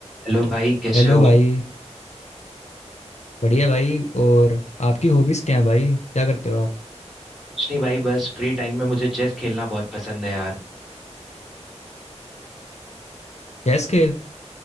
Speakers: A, in the centre; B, on the left.
A: Hello भाई कैसे
B: Hello
A: हो
B: भाई बढ़िया भाई और आपकी हॉबीज़ क्या है भाई क्या करते हो आप
A: कुछ नहीं भाई बस फ्री टाइम में मुझे चेस खेलना बहुत पसंद है यार
B: चेस खेल